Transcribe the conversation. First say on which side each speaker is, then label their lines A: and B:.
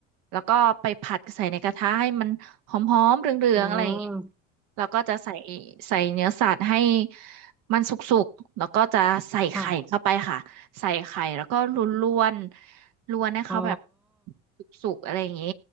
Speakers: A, on the right; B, in the centre.
A: แล้วก็ไปผัดใส่ในกระทะให้มันหอมๆเหลืองๆอะไรอย่างเงี้ย
B: อ๋อ
A: แล้วก็จะใส่ใส่เนื้อสัตว์ให้มันสุกๆแล้วก็จะใส่ไข่เข้าไปค่ะใส่ไข่แล้วก็ลวนๆลวนให้เขาแบบ
B: ค่ะ อ๋อ
A: สุกๆอะไรอย่างงี้